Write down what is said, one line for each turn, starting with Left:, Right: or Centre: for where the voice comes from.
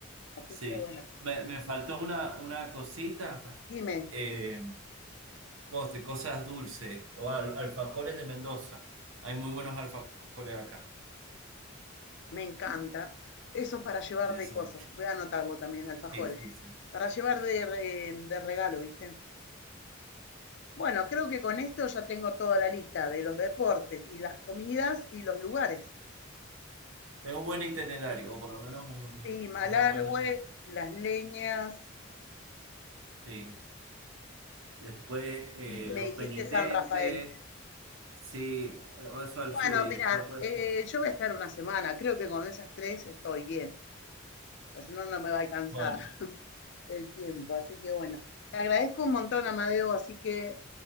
Left: Así
Right: sí.
Left: que bueno,
Right: Me, me faltó una, una cosita,
Left: dime,
Right: eh, postre, cosas dulces, o al- alfajores de Mendoza. Hay muy buenos alfajores acá.
Left: me encanta. Eso para llevar
Right: Eso.
Left: de coso, voy a anotarlo también, alfajores,
Right: Sí, sí, sí.
Left: para llevar de, re- de regalo, ¿viste? Bueno, creo que con esto ya tengo toda la lista de los deportes y las comidas y los lugares.
Right: Es un buen itinerario, o por lo menos un-
Left: Sí, Malargüe,
Right: una buena.
Left: las leñas,
Right: Sí. Después eh,
Left: Y
Right: los
Left: me dijiste
Right: penitentes,
Left: San Rafael.
Right: sí, eh, eso al
Left: Bueno,
Right: sur y
Left: mira,
Right: después pues.
Left: eh, yo voy a estar una semana. Creo que con esas tres estoy bien. Pues si no, no me va a alcanzar
Right: Bueno.
Left: <laughs> el tiempo. Así que bueno, te agradezco un montón, Amadeo. Así que